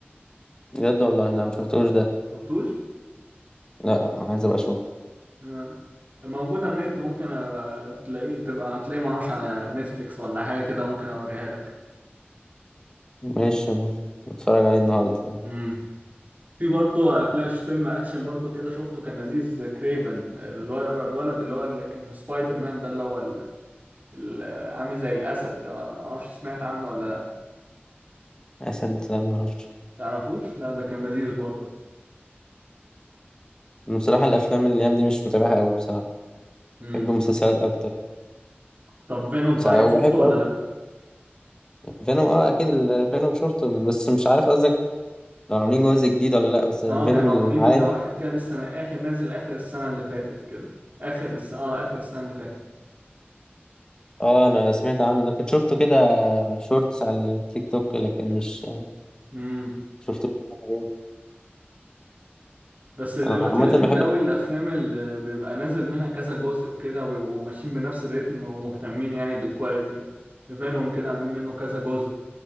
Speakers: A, on the left; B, on the right.
A: بجد والله لا ما شفتوش ده
B: شفتوش
A: لا عايز ابقى اشوف
B: آه. موجود على النت ممكن أبقى تلاقيه تبقى هتلاقيه معرفش على نتفليكس ولا حاجة كده ممكن اوريها لك
A: ماشي م- بتفرج عليه النهارده طيب
B: مم. في برضه افلام فيلم اكشن برضه كده شفته كان لذيذ كريفن الولد اللي هو اللي كان في سبايدر مان ده اللي هو ال- ال- عامل زي الاسد ده ما اعرفش سمعت عنه ولا لا
A: اسد لا ما اعرفش
B: تعرفوش لا ده كان لذيذ برضه
A: انا بصراحه الافلام الايام دي مش متابعها قوي بصراحه
B: مم.
A: بحب المسلسلات اكتر
B: طب فينوم
A: ساعة
B: طيب
A: وبحب
B: شفته ولا
A: أك-
B: لا
A: فينوم اه اكيد الفينوم شفته بس مش عارف قصدك لو عاملين جزء جديد ولا لا بس الفينوم
B: اه كانوا
A: العادي
B: عاملين واحد كده لسه من اخر نازل اخر السنه اللي فاتت كده اخر الس... اه اخر السنه اللي فاتت
A: اه انا سمعت عنه ده كنت شفته كده شورتس على التيك توك لكن مش
B: امم
A: شفتوش كامل.
B: بس دلوقتي
A: انا عامه
B: لذيذ
A: بحب
B: قوي الافلام اللي بيبقى نازل منها كذا جزء وكده وبيبقوا ماشيين بنفس الريتم ومهتمين يعني بالكواليتي فينوم كده عاملين منه كذا جزء